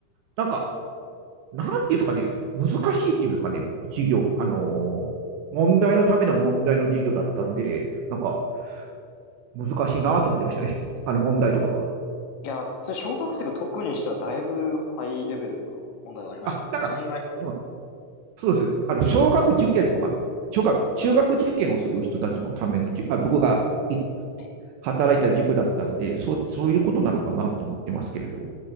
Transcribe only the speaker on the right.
なんか、なんていうんですかね、難しいっていうんですかね、授業、あの、問題のための問題の授業だったんで、なんか、難しいなと思ってましたね、あの問題とかが。
あ、
なんか、うんそうですね、あの、小学受験とかの、小学、中学受験をする人たちのためのじゅ、あ、僕がい
働いた塾だったんで、そそういうことなのかなと思ってますけれど。